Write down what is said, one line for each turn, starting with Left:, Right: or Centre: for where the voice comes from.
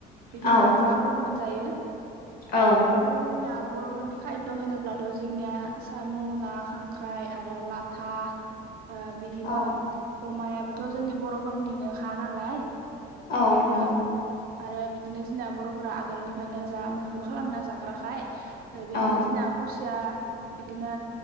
Right: बिदिनो
Left: औ
Right: जा ख'थ मोनथ जायो
Left: औ
Right: बिदिनो जोंनिया बर' फोरनि खायद' होनोब्लाथ' जोंनिया साम' ना खांख्राइ आरो लाथ था ओ बिदिनो
Left: औ
Right: अमायाबोथ' जोंनि बर'फोरनिनो खा नालाय
Left: औ
Right: बिदिनो
Left: नंगौ
Right: आरो बिदिनो जोंना बर'फोरा आगोलनिफायनो जा मैहुर खालामना जाग्राखाय ओ बिदिनो
Left: औ
Right: जोंना खुस सिया बिदिनो